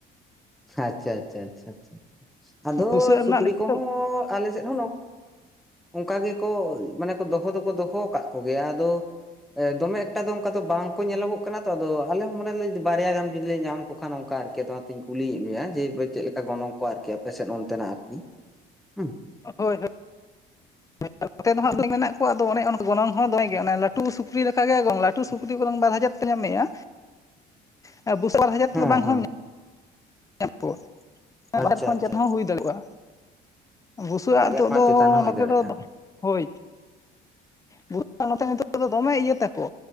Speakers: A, in the centre; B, on the left (about 20°).
A: ᱟᱪᱪᱷᱟ ᱟᱪᱪᱷᱟ ᱟᱪᱪᱷᱟ ᱟᱫᱚ
B: ᱵᱩᱥᱟᱹᱜ ᱨᱮᱱᱟᱜ
A: ᱥᱩᱠᱨᱤ
B: ᱱᱤᱛᱚᱜ
A: ᱠᱚᱦᱚᱸ ᱟᱞᱮ ᱥᱮᱫ ᱦᱚᱸ ᱱᱚ ᱚᱱᱠᱟ ᱜᱮᱠᱚ ᱢᱟᱱᱮ ᱠᱚ ᱫᱚᱦᱚ ᱫᱚᱠᱚ ᱫᱚᱦᱚ ᱟᱠᱟᱫ ᱠᱚᱜᱮᱭᱟ ᱟᱫᱚ ᱫᱚᱢᱮ ᱮᱠᱴᱟ ᱫᱚ ᱚᱱᱠᱟ ᱫᱚ ᱵᱟᱝᱠᱚ ᱧᱮᱞᱚᱜᱚᱜ ᱠᱟᱱᱟ ᱛᱚ ᱟᱫᱚ ᱟᱞᱮ ᱦᱚ ᱢᱚᱱᱮ ᱞᱮ ᱵᱟᱨᱭᱟ ᱜᱟᱱ ᱡᱩᱫᱤ ᱞᱮ ᱧᱟᱢ ᱠᱳᱠᱷᱟᱱ ᱚᱱᱠᱟ ᱟᱨ ᱠᱤ ᱚᱱᱟᱛᱤᱧ ᱠᱩᱞᱤᱭᱮᱫ ᱢᱮᱭᱟ ᱡᱮ ᱪᱮᱫ ᱞᱮᱠᱟ ᱜᱚᱱᱚᱝ ᱠᱚ ᱟᱨᱠᱤ ᱟᱯᱮᱥᱮᱫ ᱚᱱᱛᱮᱱᱟᱜ ᱟᱨᱠᱤ ᱦᱩ
B: ᱦᱳᱭ ᱦᱳ <inaudible> ᱢᱮᱱᱟᱜ ᱠᱚᱣᱟ ᱟᱫᱚ ᱚᱱᱮ ᱜᱚᱱᱚᱝ ᱦᱚ ᱫᱚᱢᱮ ᱜᱮ ᱚᱱᱮ ᱞᱟᱴᱩ ᱥᱩᱠᱨᱤ ᱞᱮᱠᱟ ᱜᱮ ᱮᱜᱚᱝ ᱞᱟᱴᱩ ᱥᱩᱠᱨᱤ ᱵᱚᱨᱚᱝ ᱵᱟᱨ ᱦᱟᱡᱟᱨ ᱧᱟᱢᱮᱭᱟ <unintelligible>
A: ᱦᱮᱸ
B: ᱵᱟᱝᱦᱚᱢ
A: ᱦᱮᱸ
B: ᱮ ᱯᱚ <unintelligible>
A: ᱟᱪᱪᱷᱟ ᱟᱪᱪᱷᱟ ᱟᱪᱪᱷᱟ
B: ᱦᱩᱭ ᱫᱟᱲᱩᱜᱼᱟ ᱵᱩᱥᱟᱹᱜ
A: ᱵᱟᱨ
B: ᱟᱜ
A: ᱦᱟᱡᱟᱨ
B: ᱱᱤᱛᱚᱜ
A: ᱠᱷᱚᱱᱟᱜ
B: ᱫᱚ
A: ᱪᱮᱛᱟᱱ ᱦᱚᱸ
B: ᱱᱚᱛᱮ
A: ᱦᱩᱭ ᱫᱟᱲᱮᱭᱟᱜᱼᱟ
B: ᱫᱚ ᱦᱳᱭ <unintelligible> ᱫᱚᱢᱮ ᱤᱭᱟᱹ ᱛᱟᱠᱚ